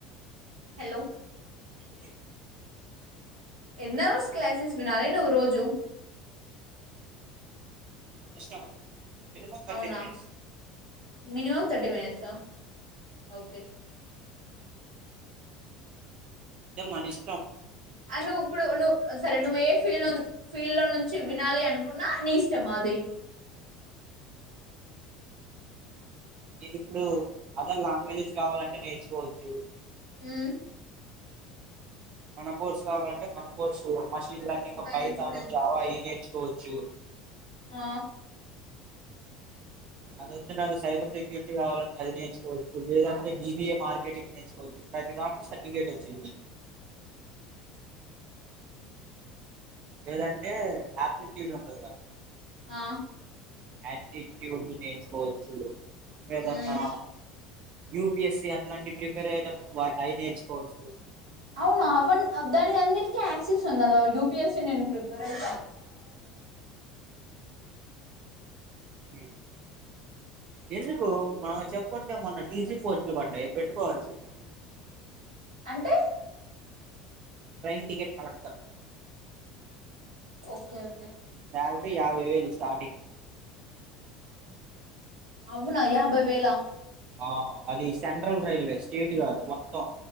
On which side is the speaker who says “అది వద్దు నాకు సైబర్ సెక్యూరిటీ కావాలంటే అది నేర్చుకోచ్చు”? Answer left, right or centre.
Right